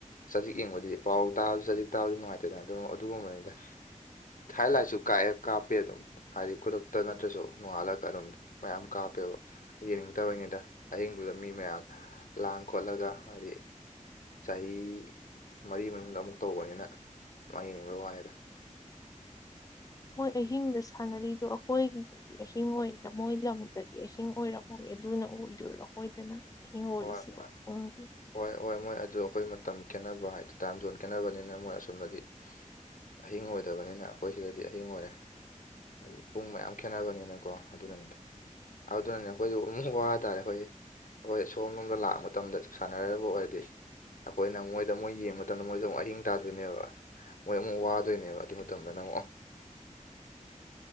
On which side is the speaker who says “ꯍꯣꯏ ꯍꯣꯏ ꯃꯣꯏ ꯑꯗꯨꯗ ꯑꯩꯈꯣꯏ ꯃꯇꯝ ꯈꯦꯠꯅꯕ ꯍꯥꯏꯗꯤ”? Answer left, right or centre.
Left